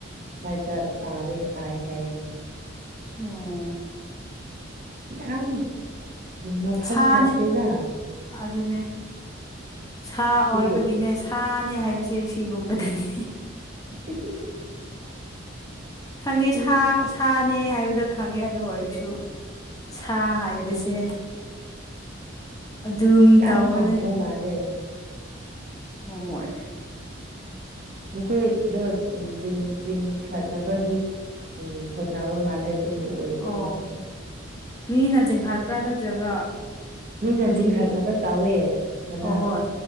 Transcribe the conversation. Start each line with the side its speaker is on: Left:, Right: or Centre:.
Right: ꯁꯥꯏꯠꯇ ꯇꯥꯕꯩ ꯇꯥꯏ ꯍꯥꯏꯌꯦ
Left: ꯎꯝ
Right: ꯌꯥꯝ ꯃꯐꯝ
Left: ꯁꯥꯅꯦ
Right: ꯐꯠꯇꯦꯅ
Left: ꯑꯗꯨꯅꯦ ꯁꯥ
Right: ꯑꯗꯨꯒꯤ
Left: ꯑꯣꯏꯕꯒꯤꯅꯦ ꯁꯥꯅꯦ ꯍꯥꯏꯕꯁꯤ ꯁꯤꯒꯨꯝꯕꯗꯅꯤ
Right: <unintelligible>
Left: ꯈꯪꯉꯦ
Right: ꯎꯝ
Left: ꯁꯥ ꯁꯥ ꯅꯦ ꯍꯥꯏꯕꯗꯣ ꯈꯪꯉꯦ ꯑꯗꯨ ꯑꯣꯏꯔꯁꯨ ꯁꯥ ꯍꯥꯏꯕꯁꯦ ꯑꯗꯨꯝ
Right: ꯌꯥꯝ
Left: ꯇꯧꯕꯅꯦ
Right: ꯄꯥꯡꯕ ꯃꯥꯜꯂꯦ
Left: ꯍꯣꯏ
Right: ꯃꯈꯣꯏꯗꯣ ꯆꯤꯡ ꯆꯤꯡ ꯈꯠꯅꯕꯗꯤ ꯎꯝ ꯍꯣꯠꯅꯕ ꯃꯥꯜꯂꯦ ꯑꯗꯨꯕꯨ ꯑꯣꯏꯗꯕ
Left: ꯑꯣ
Right: ꯃꯥꯜꯂꯦ
Left: ꯃꯤꯅ ꯆꯤꯡꯈꯠꯄ꯭ꯔꯥ ꯅꯠꯇ꯭ꯔꯒ
Right: ꯃꯤꯅ
Left: ꯒꯥꯔꯤ
Right: ꯆꯤꯡꯈꯠꯔꯒ ꯇꯧꯋꯦ ꯉꯔꯥꯡ
Left: ꯑꯣ ꯍꯣꯏ